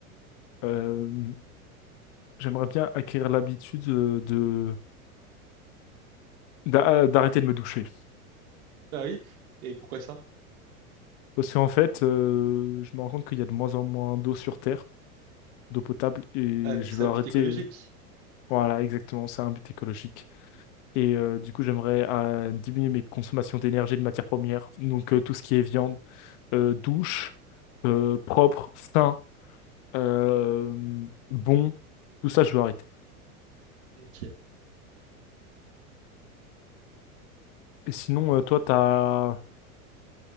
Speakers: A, on the left; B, on the right.
A: Euh, J'aimerais bien acquérir l'habitude euh, de... d'a- euh, d'arrêter de me doucher.
B: Ah oui. Et pourquoi ça?
A: Parce qu'en fait, euh, je me rends compte qu'il y a de moins en moins d'eau sur Terre, d'eau potable, et
B: Ah, donc
A: je
B: c'est
A: veux
B: un but
A: arrêter.
B: écologique.
A: euh, Voilà, exactement, c'est un but écologique. Et euh, du coup, j'aimerais euh, diminuer mes consommations d'énergie et de matières premières. Donc, euh, tout ce qui est viande, euh, douche, euh, propre, sain, euh, bon, tout ça, je veux arrêter.
B: Ok.
A: Et sinon, euh, toi, t'as...